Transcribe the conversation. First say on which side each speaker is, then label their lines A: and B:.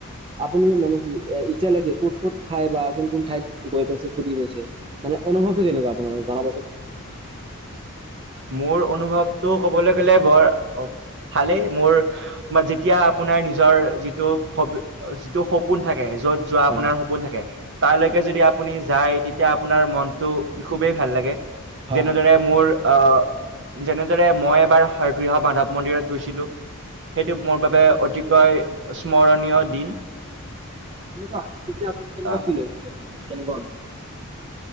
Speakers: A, on the right (about 25°); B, on the right (about 55°).
A: আপুনি মানে কি ইতিয়ালৈকে ক'ত ক'ত ঠাই বা কোন কোন ঠাইত গৈ পাইছে? ফুটি গৈছে মানে অনুভৱটো কেনেকুৱা আপোনাৰ জনাবচোন।
B: মোৰ অনুভৱ টো ক'বলৈ গ'লে বৰ ভালেই মোৰ যেতিয়া আপোনাৰ নিজৰ যিটো সপ যিটো সপোন থাকে য'ত যোৱা
A: হয়
B: আপোনাৰ সপোন থাকে তাৰলৈকে যদি আপুনি যায় তেতিয়া আপোনাৰ মনটো খুবেই ভাল লাগে।
A: হয়
B: যেনেদৰে
A: হয় হয় হয়
B: মোৰ আহ যেনেদৰে মই এবাৰ হয়গৃহ মাধৱ মন্দিৰত গৈছিলোঁ। সেইটো মোৰ বাবে অতিকৈ স্মৰণীয় দিন।
A: তেনেকুৱা তেতিয়া আপোনাৰ কেনেকুৱা
B: আহ
A: ফিল হৈছিল মানে কেনেকুৱা অনুভৱ?